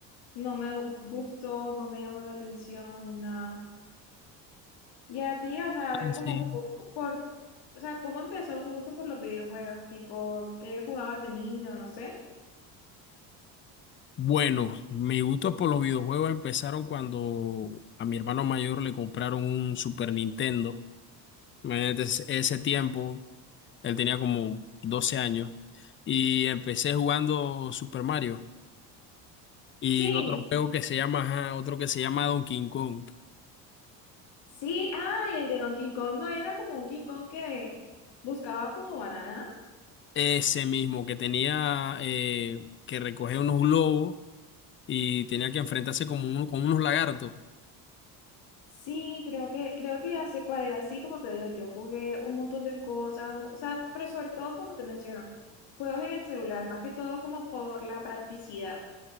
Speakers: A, on the left (about 55°); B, on the left (about 25°).
A: no me gustó, no me llamó la atención, nada. Y a ti, o sea,
B: ah,
A: a ver
B: sí.
A: cómo, po- por, o sea, cómo empezó tu gusto por los videojuegos, tipo, ¿qué jugabas de niño? No sé.
B: Bueno, mis gustos por los videojuegos empezaron cuando a mi hermano mayor le compraron un Super Nintendo. Imagínate ese ese tiempo, él tenía como 12 años y empecé jugando Super Mario y
A: Sí,
B: otro juego que se llama, ajá, otro que se llama Donkey Kong.
A: sí, ah, y el de Donkey Kong no era como un King Kong que buscaba como bananas.
B: Ese mismo que tenía eh, que recoger unos globos y tenía que enfrentarse como uno, con unos lagartos.
A: Sí, creo que, creo que ya sé cuál era. Sí, como te digo, yo jugué un montón de cosas, o sea, pero sobre todo, como te menciono, juegos en el celular, más que todo como por la practicidad.